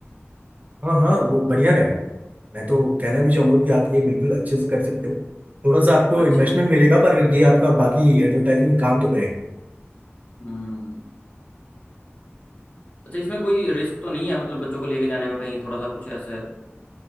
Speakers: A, on the right; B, on the left.
A: हाँ हाँ वो बढ़िया रहेगा मैं तो कहना भी चाहूंगा कि आप ये बिल्कुल अच्छे से कर सकते हो थोड़ा सा आपको
B: अच्छा
A: इन्वेस्टमेंट मिलेगा पर ये आपका बाकी एडवर्टाइजिंग काम तो करेगा
B: हम्म अच्छा इसमें कोई रिस्क तो नहीं है मतलब बच्चों को लेके जाने में कहीं थोड़ा सा कुछ ऐसे